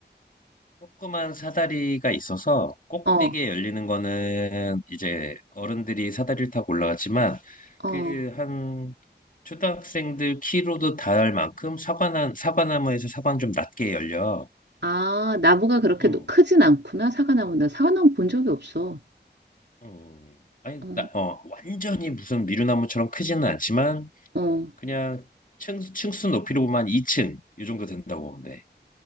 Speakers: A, on the left (about 45°); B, on the right (about 70°).
A: 조그만 사다리가 있어서 꼭대기에
B: 어,
A: 열리는 거는 이제 어른들이 사다리를 타고 올라갔지만
B: 어.
A: 그 한 초등학생들 키로도 닿을 만큼 사과나 사과나무에서 사과는 좀 낮게 열려.
B: 아, 나무가 그렇게
A: 음.
B: 노- 크진 않구나, 사과나무. 나 사과나무 본 적이 없어.
A: 음. 아니
B: 어,
A: 나, 어 완전히 무슨 미루나무처럼 크지는 않지만
B: 어.
A: 그냥 층, 층수 높이로 보면 한 2층 이 정도 된다고 보면 돼.